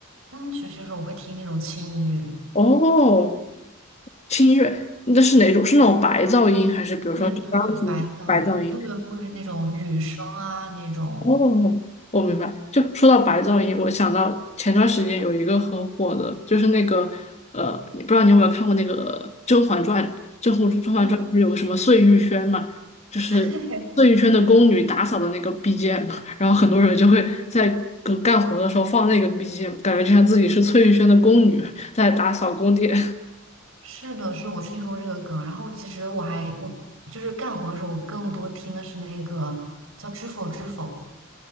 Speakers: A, on the right; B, on the left.
A: 嗯，学习的时候我会听那种轻音乐，
B: 哦，听音乐，那是哪种？是那种白噪音，还是比如说是钢琴的白噪音？
A: 对对，白噪音，对，会那种雨声啊那种。
B: 哦，我明白。就说到白噪音，我想到前段时间有一个很火的，就是那个呃，你不知道你有没有看过那个《甄嬛传》？《甄嬛甄嬛传》不是有个什么碎玉轩嘛？
A: 嗯，
B: 就是
A: 对，
B: 碎玉轩的宫女打扫的那个 BGM，然后很多人就会在干干活的时候放那个 BGM，感觉就像自己是碎玉轩的宫女在打扫宫殿。
A: 是的，是我听说过这个梗。然后其实我还我就是干活的时候，我更多听的是那个叫《知否知否》。